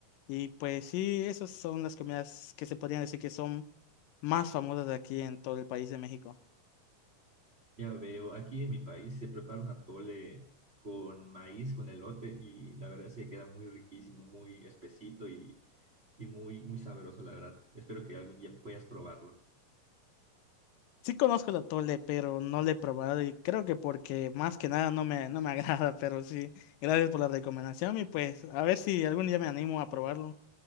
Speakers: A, on the left; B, on the right.
A: Y pues sí, esas son las comidas que se podrían decir que son más famosas de aquí en todo el país de México.
B: Ya veo, aquí en mi país se prepara un atole con maíz, con elote y la verdad es que queda muy riquísimo, muy espesito y, y muy, muy sabroso, la verdad. Espero que algún día puedas probarlo.
A: Sí conozco el atole, pero no lo he probado y creo que porque más que nada no me, no me <laughs> agrada, pero sí, gracias por la recomendación y pues a ver si algún día me animo a probarlo.